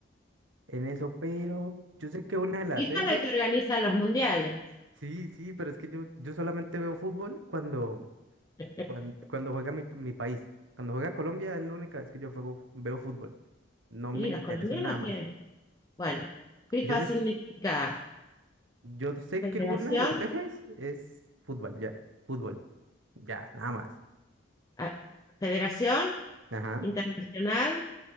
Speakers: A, on the right; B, on the left.
A: en eso, pero yo sé que una de las
B: FIFA
A: F.
B: es la que organiza los mundiales.
A: Sí, sí, pero es que yo, yo solamente veo fútbol cuando
B: <laughs>
A: Cuando, cuando juega mi, mi país, cuando juega Colombia es la única vez que yo juego, veo fútbol. No
B: Y
A: me interesa
B: los colombianos
A: en nada más.
B: tienen. Bueno, FIFA
A: Yo sé,
B: significa
A: yo sé
B: Federación,
A: que una de las Fs es fútbol, ya. Fútbol, ya, nada más.
B: ah, Federación
A: Ajá,
B: Internacional